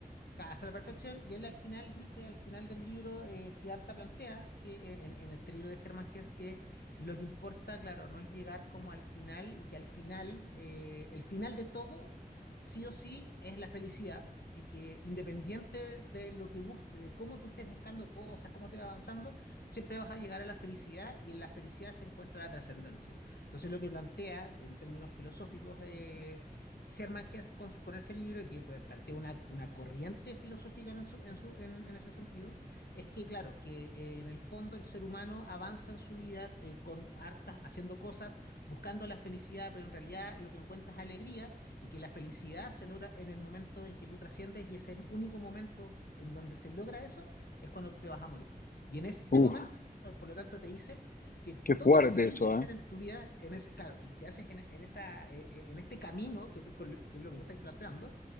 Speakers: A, on the left; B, on the left.
A: Casa la perfección, y él al final dice, al final del libro, eh, Siddhartha plantea que eh, en, en este libro de Hermann Hesse que lo que importa, claro, no es llegar como al final y que al final, eh, el final de todo, sí o sí, es la felicidad y que independiente de lo que bus de cómo tú estés buscando cosas, cómo te va avanzando, siempre vas a llegar a la felicidad y en la felicidad se encuentra la trascendencia. Entonces lo que plantea en términos filosóficos eh, Hermann Hesse con, con ese libro que pla- plantea una, una corriente filosófica en, su- en, su- en- en ese sentido, es que, claro, que eh, en el fondo el ser humano avanza en su vida eh, con harta, haciendo cosas, buscando la felicidad, pero en realidad lo que encuentras es alegría y que la felicidad se logra en el momento en que tú trasciendes y ese único momento en donde se logra eso es cuando tú te vas a morir. Y en ese
B: Uf,
A: momento, por lo tanto, te dice que todo
B: qué fuerte
A: lo que tienes
B: eso,
A: que hacer
B: ¿eh?
A: en tu vida, en ese, claro, y que haces en, en esa, eh, eh, en este camino, que, tú- con lo- que es lo que tú estás planteando,